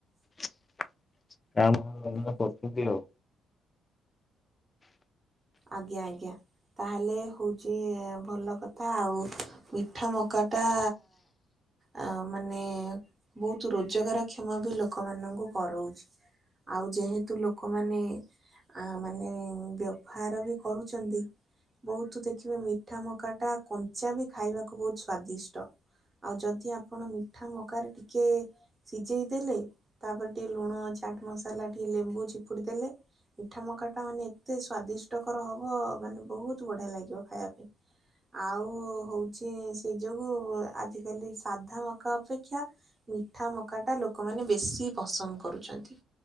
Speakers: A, on the left (about 25°); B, on the right (about 30°).
A: କା ଭାଁ କରୁଛନ୍ତି ଆଉ
B: ଆଜ୍ଞା ଆଜ୍ଞା ତାହେଲେ ହଉଚି ଭଲ କଥା ଆଉ ମିଠା ମକାଟା ଅ ମାନେ ବହୁତ ରୋଜଗାର କ୍ଷମ ବି ଲୋକମାନଙ୍କୁ କରଉଛି ଆଉ ଯେହେତୁ ଲୋକମାନେ ଆ ମାନେ ବ୍ୟ ଭାର ବି କରୁଚନ୍ତି। ବହୁତ ଦେଖିବେ ମିଠା ମକା ଟା କଞ୍ଚା ବି ଖାଇବାକୁ ବହୁତ ସ୍ଵାଦିଷ୍ଟ ଆଉ ଯଦି ଆପଣ ମିଠା ମକାରେ ଟିକେ ସିଝେଇ ଦେଲେ ତାପରେ ଟିକେ ଲୁଣ ଚାଟ ମସଲା ଟିକେ ଲେମ୍ବୁ ଚିପୁଡି ଦେଲେ। ମିଠା ମକାଟା ମାନେ ଏତେ ସ୍ଵାଦିଷ୍ଟକର ହବ ମାନେ ବହୁତ ବଢିଆ ଲାଗିବ ଖାଇବା ପାଇଁ ଆଉ ହଉଛି ସେ ଯୋଗୁ ଆଜିକାଲି ସାଧା ମକା ଅପେକ୍ଷା ମିଠା ମକାଟା ଲୋକମାନେ ବେଶୀ ପସନ୍ଦ କରୁଛନ୍ତି